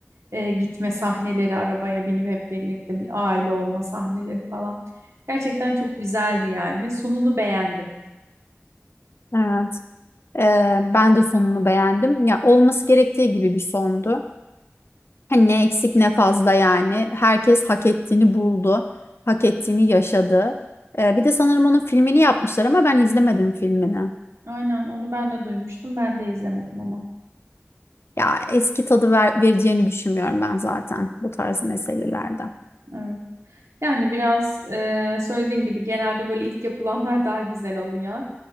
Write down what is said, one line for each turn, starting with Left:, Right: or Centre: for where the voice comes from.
Right: e, gitme sahneleri arabaya binip hep birlikte bir aile olma sahneleri falan. Gerçekten çok güzeldi yani. Sonunu beğendim.
Left: Evet. E, ben de sonunu beğendim. Ya olması gerektiği gibi bir sondu. Hani ne eksik ne fazla yani. Herkes hak ettiğini buldu. Hak ettiğini yaşadı. Ee, bir de sanırım onun filmini yapmışlar ama ben izlemedim filmini.
Right: Aynen onu ben de duymuştum. Ben de izlemedim ama.
Left: Ya eski tadı ver- vereceğini düşünmüyorum ben zaten bu tarz meselelerde.
Right: Evet. Yani biraz e, söylediğin gibi genelde böyle ilk yapılanlar daha güzel oluyor.